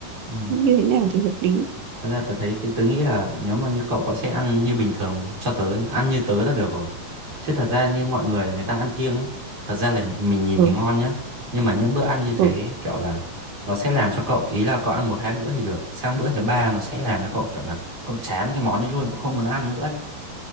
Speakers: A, on the right; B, on the right.
A: ừ.
B: như thế nào thì hợp lý.
A: Thật ra tớ thấy tớ nghĩ là nếu mà như cậu cậu sẽ ăn như bình thường cho tớ ăn như tớ là được rồi chứ thật ra như mọi người người ta ăn kiêng ấy thật ra là mình nhìn
B: Ừ,
A: thì ngon nhá nhưng mà những bữa ăn như thế
B: ừ,
A: kiểu là nó sẽ làm cho cậu ý là cậu ăn một hai bữa thì được sang bữa thứ ba nó sẽ làm cho cậu kiểu là cậu chán cái món đấy luôn cậu không muốn ăn nữa ấy.